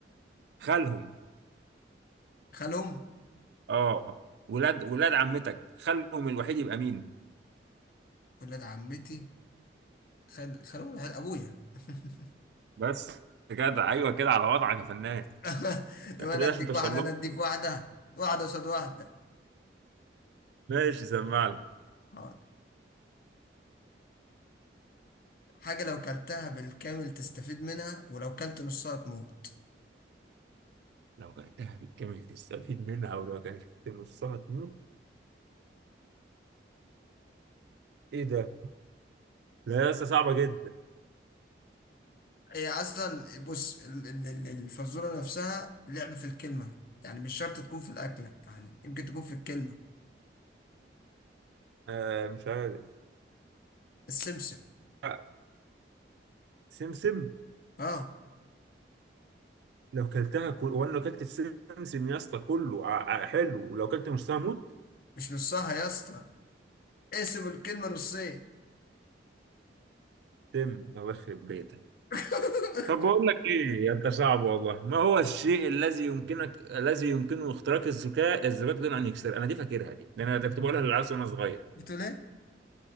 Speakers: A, on the right; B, on the left.
A: خالهم
B: خالهم
A: اه ولاد ولاد عمتك خالهم الوحيد يبقى مين
B: ولاد عمتي خال خالهم الوحيد ابويا <laughs>
A: بس جدع ايوه كده على وضعك يا فنان
B: <laughs> طب
A: انت
B: انا
A: كده
B: اديك
A: عشان توصل
B: واحده
A: لها
B: انا اديك واحده واحده قصاد واحده
A: ماشي سمعني
B: حاضر حاجه لو كلتها بالكامل تستفيد منها ولو كلت نصها تموت
A: لو كلتها بالكامل تستفيد منها ولو كلت نصها تموت ايه ده لا لسه صعبة جدا
B: هي اصلا بص ال- ال- ال- الفزوره نفسها لعب في الكلمه يعني مش شرط تكون في الاكله يعني يمكن تكون في الكلمه
A: آه مش عارف
B: السمسم
A: آه، سمسم
B: اه
A: لو كلتها كل... وانا لو كلت السمسم يا اسطى كله ع- ع- حلو ولو كلت نصها موت
B: مش نصها يا اسطى اقسم الكلمه نصين
A: تم الله يخرب بيتك
B: <laughs>
A: طب بقول لك ايه يا انت صعب والله ما هو الشيء الذي يمكنك الذي يمكنه اختراق الذكاء الزجاج دون ان يكسر انا دي فاكرها دي لان انا ده كنت بقولها للعيال وانا صغير
B: بتقول ايه